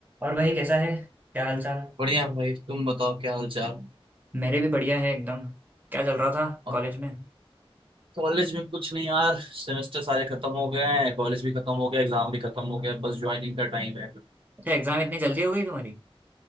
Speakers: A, on the right; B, on the right.
A: और भाई कैसा है क्या हाल चाल
B: बढ़िया भाई तुम बताओ क्या हाल चाल
A: मेरे भी बढ़िया है एकदम क्या चल रहा था
B: और
A: कॉलेज में
B: कॉलेज में कुछ नहीं यार सेमेस्टर सारे खत्म हो गए हैं कॉलेज भी खत्म हो गया एग्जाम भी खत्म हो गया बस ज्वाइनिंग का टाइम है
A: अच्छा एग्जाम इतनी जल्दी हो गई तुम्हारी